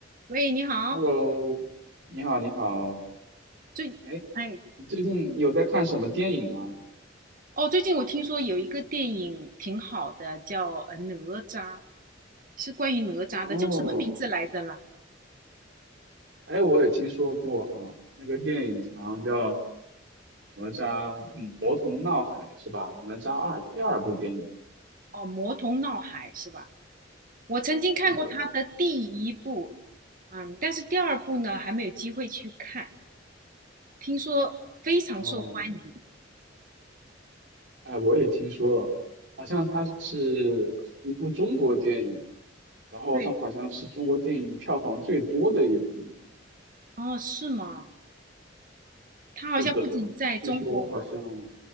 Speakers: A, on the right; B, on the right.
A: 喂，你好，
B: Hello，你好，你好。
A: 最，
B: 哎，
A: 哎，
B: 你最近有在看什么电影吗？
A: 哦，最近我听说有一个电影挺好的，叫呃《哪吒》，是关于哪吒的，
B: 哦，
A: 叫什么名字来着了？
B: 哎，我也听说过哈，那个电影好像叫《哪吒嗯魔童闹海》是吧？《哪吒二》第二部电影。
A: 哦，《魔童闹海》是吧？我曾经看过他的第一部，
B: 是的，
A: 嗯，但是第二部呢还没有机会去看，听说非常受欢迎。
B: 哦，哎，我也听说了，好像它是一部中国电影，然后它好像是中国电影票房最多的一部。
A: 对，哦，是吗？他好像不仅在中国。
B: 是的，据说好像，